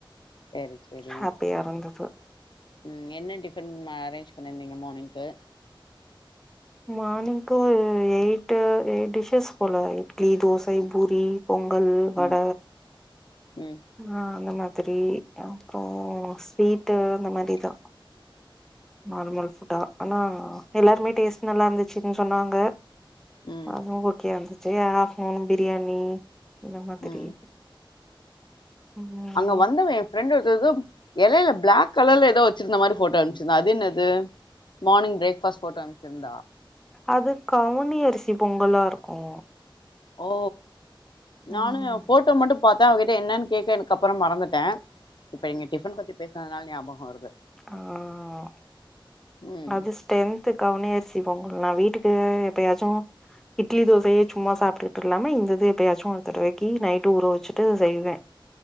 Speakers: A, on the left (about 60°); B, in the centre.
A: செரி செரி
B: ஹாப்பியா இருந்தது
A: உம் என்ன டிஃபன் அரேஞ் பண்ணிருந்தீங்க மார்னிங் க
B: மார்னிங்கு எயிட் எயிட் டிஸ்ஷஸ் போல இட்லி தோச பூரி பொங்கல் வட
A: ம் ம்
B: ஆ அந்த மா திரி அப்பறோ ஸ்வீட்டு அந்த மாரிதா நார்மல் ஃபுட்டா ஆனா எல்லாருமே டேஸ்ட் நல்லாயிருந்துச்சுன்னு சொன்னாங்க
A: ம்
B: அவா ஓகேஆனாது சைய்யா ஆப்டநூன் பிரியாணி எந்த மாதிரி
A: ம்
B: ம்
A: அங்க வந்தவே என் ஃப்ரெண்ட் ஒரு எலையில பிளாக் கலர்ல ஏதோ வெச்சியிருந்தா மாரி போட்டோ அனுப்சிருந்தா அது என்னது மார்னி்ங் பிரேக்ஃபாஸ்ட் போட்டோ அனுப்சிருந்தா
B: அது கவுனி அரிசி பொங்கலாயிருக்கும்
A: ஓ
B: ம்
A: நானு போட்டோ மட்டும் பாத்தா அவக்கிட்ட என்னன்னு கேட்க எனக்கப்பறோ மறந்துட்டே இப்ப நீங்க டிஃபன் பத்தி பேச இந்த நாள் ஞாபகம் வரும்
B: ஆஹ்
A: ம்
B: அது ஸ்ட்ரென்த் கவுனி அரிசி பொங்கல்லா வீட்டுக்கு எப்பயாச்சும் இட்லி தோசயே சும்மா சாப்டுட்டு இல்லாம இந்தது எப்பயாச்சும் ஒருத்தடவைக்கி நைட்டு ஊற வெச்சுட்டு செய்வேன்